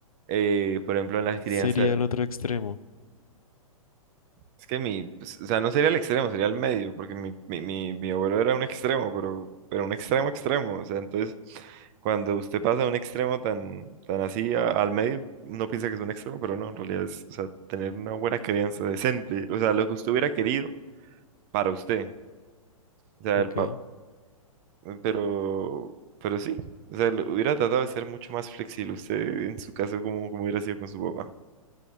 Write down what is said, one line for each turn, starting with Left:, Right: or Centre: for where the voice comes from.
Right: Eh, por ejemplo, en las crianzas
Left: Sería el otro extremo,
Right: Es que mi, pues, o sea, no sería el extremo, sería el medio, porque mi, mi, mi, mi abuelo era un extremo, pero, pero un extremo extremo. O sea, entonces, cuando usted pasa de un extremo tan, tan así a- al medio, no piensa que es un extremo, pero no, en realidad es, o sea, tener una buena crianza decente, o sea, lo que usted hubiera querido para usted. O sea,
Left: ¿ok?
Right: el pa- pero, pero sí, o sea, lo- hubiera tratado de ser mucho más flexible usted en su caso como, como hubiera sido con su papá,